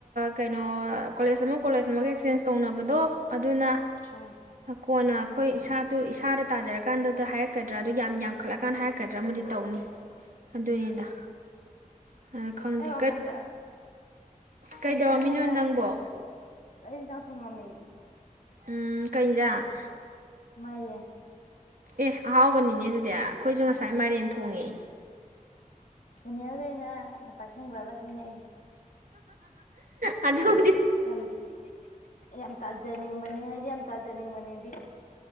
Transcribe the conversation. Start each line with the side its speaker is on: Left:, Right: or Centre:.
Right: ꯀꯩꯅꯣ ꯀꯣꯂꯦꯖ ꯑꯃ ꯀꯣꯂꯦꯖ ꯑꯃꯒ ꯑꯦꯛꯆꯦꯟꯖ ꯇꯧꯅꯕꯗꯣ ꯑꯗꯨꯅ
Left: ꯎꯝ
Right: ꯀꯣꯟꯅ ꯑꯩꯈꯣꯏ ꯏꯁꯥꯗꯨ ꯏꯁꯥꯗ ꯇꯥꯖꯔꯀꯥꯟꯗ ꯍꯥꯏꯔꯛꯀꯗ꯭ꯔꯥ ꯑꯗꯨ ꯌꯥꯝ ꯌꯥꯝꯡꯈꯠꯂꯀꯥꯟꯗ ꯍꯥꯏꯔꯛꯀꯗ꯭ꯔꯥ ꯑꯃꯗꯤ ꯇꯧꯅꯤ ꯑꯗꯨꯅꯤꯗ ꯑꯗ ꯈꯪꯗꯦ
Left: ꯑꯩ ꯋꯥꯈꯜꯗ
Right: ꯀꯩꯗꯧꯔꯝꯃꯤꯅꯣ
Left: ꯁꯦꯅꯤꯌꯔꯈꯩꯅ
Right: ꯅꯪꯕꯣ
Left: ꯑꯩ ꯊꯣꯡꯉꯝꯃꯤꯅꯤ
Right: ꯎꯝ ꯀꯩꯏꯟꯖꯥꯡ
Left: ꯃꯥꯏꯔꯦꯟ
Right: ꯑꯦ ꯑꯥꯎ ꯕꯅꯤꯅꯦ ꯑꯗꯨꯗꯤ ꯑꯩꯈꯣꯏꯁꯨ ꯉꯁꯥꯏ
Left: ꯑꯥ
Right: ꯃꯥꯏꯔꯦꯟ ꯊꯣꯡꯉꯦ
Left: ꯁꯦꯅꯤꯌꯔꯈꯩꯅ ꯄꯥꯏꯁꯟꯈ꯭ꯔꯕ ꯁꯤꯅꯦ ꯑꯩꯗꯤ
Right: ꯑꯗꯨ
Left: ꯌꯥꯝ ꯌꯥꯝ ꯇꯥꯖꯅꯤꯡꯕꯅꯤ ꯍꯥꯏꯗꯤ ꯌꯥꯝ ꯇꯥꯖꯅꯤꯡꯕꯅꯦꯗꯤ